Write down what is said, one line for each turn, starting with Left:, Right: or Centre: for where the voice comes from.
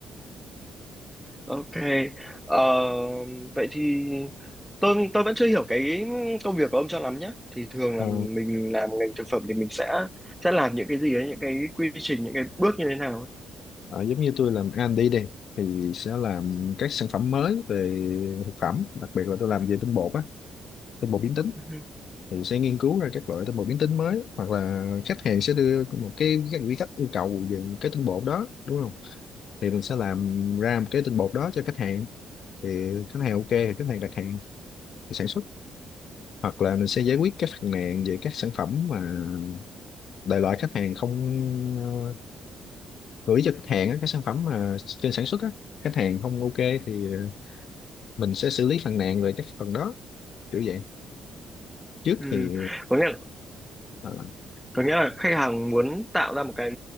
Centre: Ok, ờ, vậy thì tôi tôi vẫn chưa hiểu cái công việc của ông cho lắm nhé. Thì thường
Left: ờ,
Centre: là mình làm ngành thực phẩm thì mình sẽ sẽ làm những cái gì ấy, những cái quy trình, những cái bước như thế nào ấy.
Left: ờ, giống như tôi làm R&D đi đi thì sẽ làm các sản phẩm mới về thực phẩm đặc biệt là tôi làm về tinh bột á tinh bột biến tính
Centre: Ừ.
Left: thì sẽ nghiên cứu ra các loại tinh bột biến tính mới hoặc là khách hàng sẽ đưa một cái các quy cách yêu cầu về cái tinh bột đó đúng không thì mình sẽ làm ra một cái tinh bột đó cho khách hàng thì khách hàng ok thì khách hàng đặt hàng thì sản xuất hoặc là mình sẽ giải quyết các phàn nàn về các sản phẩm mà đại loại khách hàng không ờ, gửi cho khách hàng á, các sản phẩm mà trên sản xuất á khách hàng không ok thì ờ, mình sẽ xử lý phàn nàn về các phần đó kiểu vậy trước
Centre: Ừ.
Left: thì
Centre: Có nghĩa
Left: ờ,
Centre: có nghĩa là khách hàng muốn tạo ra một cái